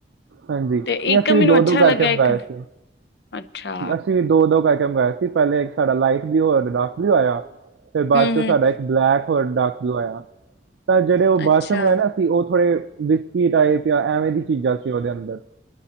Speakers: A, on the right; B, on the left.
A: ਹਾਂਜੀ,
B: ਤੇ ਇੱਕ
A: ਅਸੀਂ ਵੀ
B: ਮੈਨੂੰ
A: ਦੋ-ਦੋ
B: ਅੱਛਾ
A: ਕਰਕੇ
B: ਲੱਗਿਆ
A: ਮੰਗਾਏ
B: ਇੱਕ
A: ਸੀ।
B: ਅੱਛਾ
A: ਅਸੀਂ ਦੋ-ਦੋ ਕਰਕੇ ਕੇ ਮੰਗਾਏ ਸੀ, ਪੇਲੇ ਇੱਕ ਸਾਡਾ ਲਾਈਟ ਬਲੂ ਹੋਰ ਡਾਰਕ ਬਲੂ ਆਇਆ ਫੇਰ ਬਾਦ
B: ਹੂੰ
A: ਚੋਂ
B: ਹੂੰ
A: ਸਾਡਾ ਇੱਕ ਬਲੈਕ ਹੋਰ ਡਾਰਕ ਬਲੂ ਆਯਾ ਏ, ਜੇੜੇ ਓ, ਬਾਅਦ
B: ਅੱਛਾ।
A: ਚੋਂ ਮੰਗਾਏ ਨਾ ਓ ਥੋੜੇ ਬਿਸਕਿਟ ਆਏ ਪਿਆ, ਐਵੇਂ ਦੀ ਚੀਜ਼ਾਂ ਸੀ ਓਦੇ ਅੰਦਰ